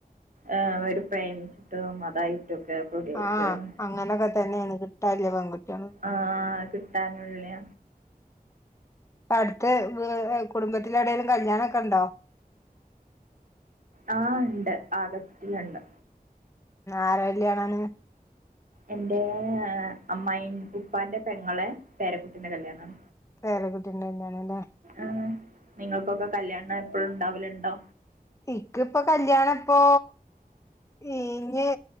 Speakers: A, on the right; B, on the left.
A: ആ അവ പ്രേമിച്ചിട്ടും അതായിട്ടും ആണ്പ്പോ കേട്ടണ്
B: ആഹ് അങ്ങനൊക്കെ തന്നെയാണ് കിട്ടാല്ല പെൺകുട്ടികള് ഇപ്പ
A: ആ കിട്ടാനുല്യ
B: അടുത്ത് വീ കുടുംബത്തിലെവിടെലും കല്യാണോക്കെ ഉണ്ടോ
A: ആഹ ണ്ട് ആഗസ്റ്റില്ണ്ട്
B: ആര കല്യാണാണ്
A: എന്റെ അമ്മായിന് ഉപ്പാന്റെ പെങ്ങളെ പേരക്കുട്ടിന്റെ കല്യാണ
B: പേര കുട്ടിണ്ടന്താണല്ലേ
A: ആഹ് നിങ്ങൾക്കൊക്കെ കല്യാണം എപ്പോഴും ഉണ്ടാവലുണ്ടോ?
B: ഇക്ക ഇപ്പൊ കല്യാണപ്പൊ ഈഞ്